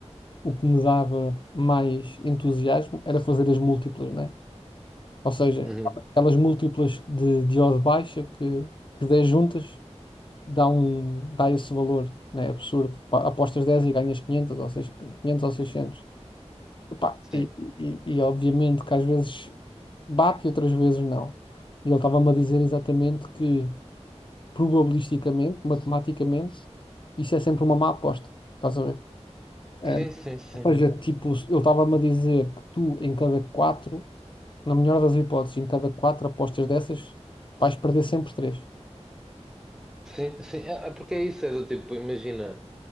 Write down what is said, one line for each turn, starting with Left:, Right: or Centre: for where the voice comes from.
Left: o que me dava mais entusiasmo era fazer as múltiplas, né? Ou seja,
Centre: Uhum.
Left: aquelas múltiplas de, de odd baixa que, que 10 juntas dá, um, dá esse valor, né? Absurdo. Pá, Apostas 10 e ganhas 500 ou, 6, 500 ou 600. Epá,
Centre: Sim,
Left: E, e, e obviamente que às vezes bate e outras vezes não. E ele estava-me a dizer exatamente que probabilisticamente, matematicamente, isso é sempre uma má aposta. Estás a ver? É,
Centre: sim, sim, sim.
Left: Ou seja, tipo, eu estava-me a dizer que tu, em cada quatro, na melhor das hipóteses, em cada quatro apostas dessas, vais perder sempre três.
Centre: Sim, sim, é é porque é isso, é do tipo, imagina.